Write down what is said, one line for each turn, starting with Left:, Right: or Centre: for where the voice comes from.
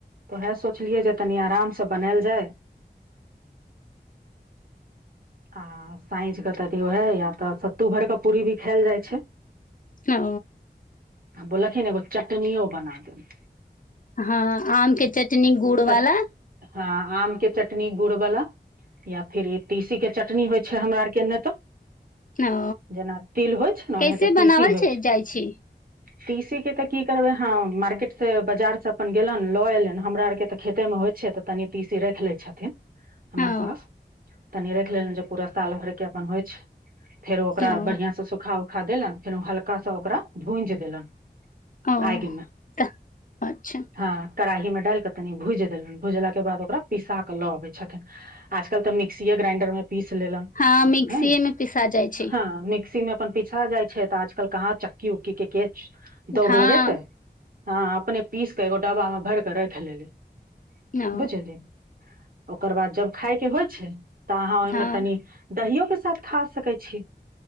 Right: ओहा सोचलियै जे तनि अराम स बनाएल जाय आ साँझिक त उहा या त सत्तू भरिक भी पूरी खाएल जाइ छै
Left: हँ
Right: आ बोललखिन एगो चटनीयो बना देबै
Left: हँ आम के चटनी गुड़
Right: तऽ
Left: वला
Right: हँ आम के चटनी गुड़ वला या फिर ई तीसी के चटनी होइ छै हमरा आर के एने तऽ
Left: ओ
Right: जेना तिल होइ छै ने
Left: कैसे
Right: ओनाहिते तीसी
Left: बनावल
Right: होइ छै
Left: जाइ छी
Right: तीसी के तऽ की करबै हम मार्केट से बाजार स अपन गेलन लऽ एलन हमरा आर के तऽ खेते मे होइ छै तऽ तनि तीसी राखि लै छथिन हमर
Left: ओ
Right: साउस तनि राखि लेलहूँ जे पूरा साल भरिके अपन होइ छै फेर ओकरा
Left: ओ
Right: बढ़ियाँ स सुखाउ सूखा देलन फेर ओ हल्का सा ओकरा भूजि देलन
Left: ओ
Right: आगि मे
Left: तऽ अच्छा
Right: हँ कराही मे डालि क कनि भूजी देलहुँ भुजला के बाद ओकरा पीसा कऽ लऽ आबै छथिन आज कल्ह त मिक्सीए ग्राइंडर मे पिस लेलन
Left: हँ मिक्सीए
Right: ऐंय
Left: मे पिसा जाइ छै
Right: हँ मिक्सी अपन पिसा जायत छै आज कल कहाँ चक्की उक्की के केछ - दौड़
Left: हँ
Right: लगेतै हाँ अपने पीसक एकगो डब्बा मे भरि क राखि बुझली
Left: ओ
Right: ओकर बाद जब खाई के होइ छै त अहाँ ओहि
Left: हँ
Right: मे तनि दहीयो के साथ खा सकै छी